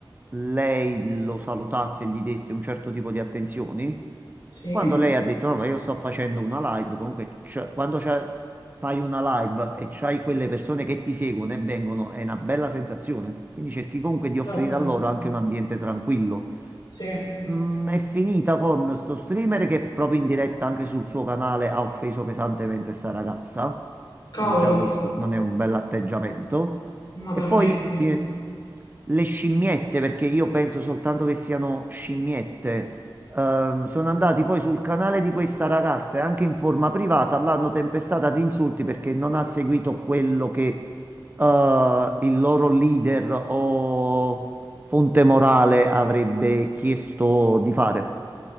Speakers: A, on the right; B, on the left.
A: lei lo salutasse e gli desse un certo tipo di attenzioni.
B: sì,
A: Quando lei ha detto no, ma io sto facendo una live, comunque c'è- quando c'è- fai una live e c'hai quelle persone che ti seguono e vengono, è una bella sensazione. Quindi cerchi comunque di offrire
B: certo,
A: a loro anche un ambiente tranquillo.
B: sì.
A: Mm, è finita con sto streamer che proprio in diretta anche sul suo canale ha offeso pesantemente sta ragazza.
B: Cavolo.
A: Quindi già questo non è un bell'atteggiamento.
B: Ma
A: E
B: per
A: poi
B: niente.
A: eh, le scimmiette, perché io penso soltanto che siano scimmiette, ehm, sono andati poi sul canale di questa ragazza e anche in forma privata l'hanno tempestata di insulti perché non ha seguito quello che eh, il loro leader o Fonte Morale avrebbe chiesto di fare.